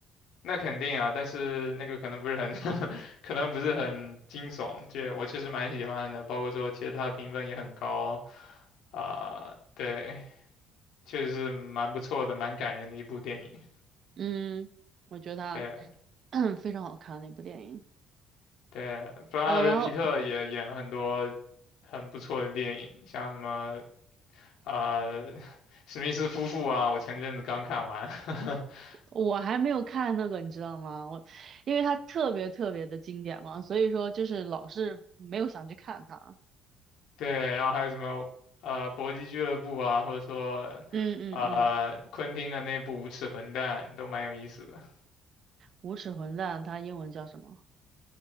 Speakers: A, on the left (about 70°); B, on the right (about 55°).
A: 那肯定啊，但是那个可能不是很 <laughs> 可能不是很惊悚，这我确实蛮喜欢的，包括说其实它的评分也很高啊，对，确实是蛮不错的，蛮感人的一部电影。
B: 嗯，我觉得
A: 对
B: 它 <clears throat> 非常好看那部电影。
A: 对，布拉德皮特也演了很多。
B: 呃，然后
A: 很不错的电影，像什么呃史密斯夫妇啊，我前阵子刚看完，<laughs>
B: 我还没有看那个，你知道吗？我因为它特别特别的经典嘛，所以说就是老是没有想去看它。
A: 对，然后还有什么呃搏击俱乐部啊，或者说呃昆汀的那部《无耻混蛋》都蛮有意思的
B: 嗯嗯嗯，无耻混蛋，它英文叫什么